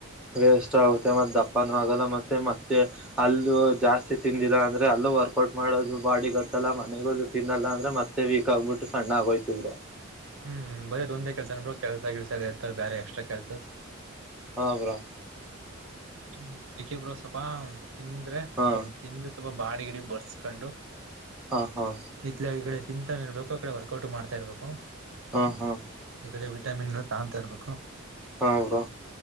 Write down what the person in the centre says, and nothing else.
ವೇಸ್ಟ್ ಆಗುತ್ತೆ ಮತ್ತೆ ದಪ್ಪನೂ ಆಗಲ್ಲ ಮತ್ತೆ ಮತ್ತೆ ಅಲ್ಲ ಜಾಸ್ತಿ ತಿಂದಿಲ್ಲ ಅಂದರೆ ಅಲ್ಲೂ ವರ್ಕೌಟ್ ಮಾಡೋದು ಬಾಡಿ ಗೊತ್ತಲ್ಲ ಮನೆಗ ತಿನ್ನಲ್ಲ ಅಂದರೆ ಮತ್ತೆ ವೀಕ್ ಆಗಿಬಿಟ್ಟು ಸಣ್ಣ ಆಗೋಯ್ತವ್ರು
ಹಾ ಬ್ರಾ
ಹಾ
ಹಾ ಹಾ
ಹಾ ಹಾ
ಹಾ ಬ್ರೋ